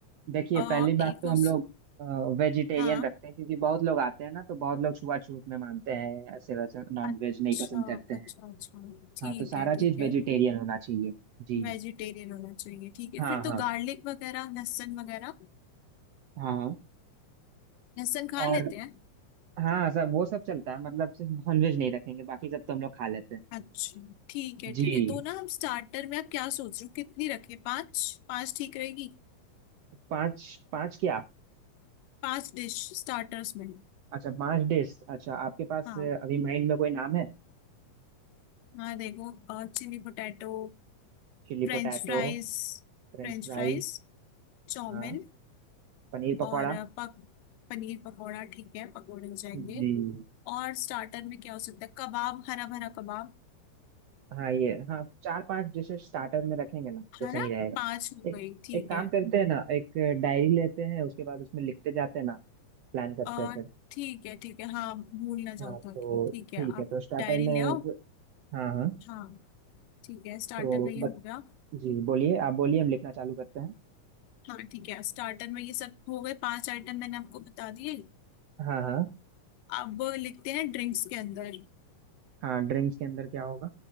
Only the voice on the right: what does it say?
देखिए
पहली बात
तो
हम लोग वेजिटेरियन
रखते हैं क्योंकि बहुत लोग आते हैं ना तो बहुत लोग छुआछूत में मानते हैं ऐसे वैसे नॉन
वेज नहीं पसंद करते
हैं
हाँ तो सारा
चीज
वेजिटेरियन होना चाहिए जी
हाँ
हाँ
हाँ
और
हाँ सब वो सब चलता है मतलब सिर्फ नॉनवेज नहीं रखेंगे बाकी सब तो हम लोग खा लेते हैं
जी
पांच पांच क्या
अच्छा पांच डिश अच्छा आपके पास
अ, अभी माइंड में कोई नाम है
Chilli
potato
French
fries
हाँ पनीर पकौड़ा
जी
हाँ ये हाँ चार पांच डिशेस स्टार्टर में रखेंगे ना
तो सही रहेगा
एक
एक काम
करते हैं ना एक डायरी लेते हैं उसके बाद उसमें लिखते जाते हैं ना प्लान करते
हैं फिर
हाँ
तो
ठीक है
तो स्टार्टर
में
हाँ हाँ
तो
जी बोलिए आप बोलिए हम लिखना चालू करते हैं
हाँ हाँ
हाँ ड्रिंक्स के अंदर क्या होगा